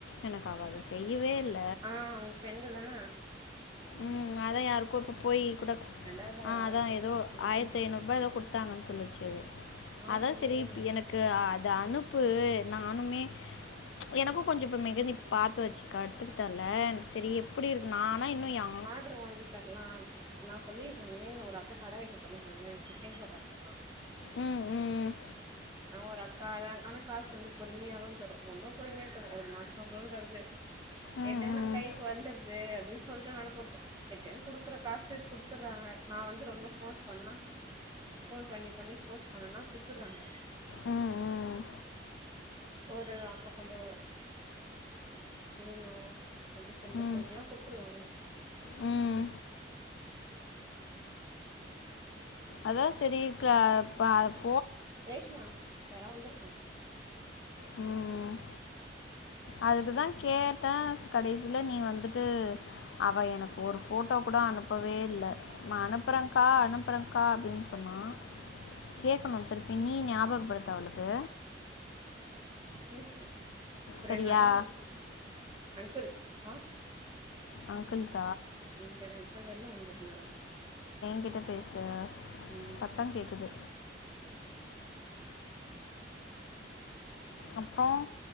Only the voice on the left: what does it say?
எனக்கு அவ அத செய்யவே இல்
ம் அதா யாருக்கோ இப்ப போயி கூட
ஆ
அதா
எதோ
ஆயரத்து ஐநூறுபா
எதோ குடுத்தாங்கன் சொல்லுச்சு அ
அதான்
செரி
இப்ப
எனக்கு அத அனுப் <unintelligible> நானுமே ச் எனக்கும் கொஞ்சோ இப்ப மெகந்தி பாத்து வச்சுக்க கத்துக்கட்டன்ல எனக்கு சரி எப்டி இருக்கு நானா இன்னும் யா
உம் உம் உம்
ம்
ம்
உம் உம்
ம்
ம் ம் அதான் செரி க்ள பாஃப்
ம் அதுக்குதா கேட்டே கடைசில நீ வந்துட்டு அவ எனக்கு ஒரு ஃபோட்டோ கூட அனுப்பவே இல்ல நா அனுப்புறேன்க்கா அனுப்புறேன்க்கா அப்டின்னு சொன்னா கேட்கணு திருப்பி நீ ஞாபகப்படுத்து அவளுக்கு
சரியா
அங்கிள்ஸ்
என் கிட்ட பேசு
சத்தோ கேக்குது அப்போ